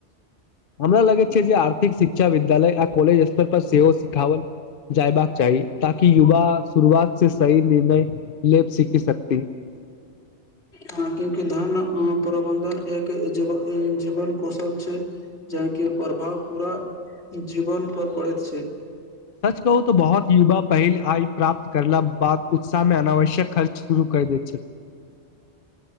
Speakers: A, on the left; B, on the left.
A: हमरा लगै छै जे आ शिक्षा विद्यालय आ कॉलेज स्तर पर सेहो सिखाओल जयबाक चाही ताकि युवा शुरुआत से सही निर्णय लेब सीखी सकती
B: हँ क्यूंकि धन प्रबन्धन एक जीवन जीवन कौशल छै जेके प्रभाव पूरा जीवन पर पडैत छै
A: सच कहू तऽ बहुत युवा पहिल आय प्राप्त करला बाद उत्साहमे अनावश्यक खाच शुरू कर द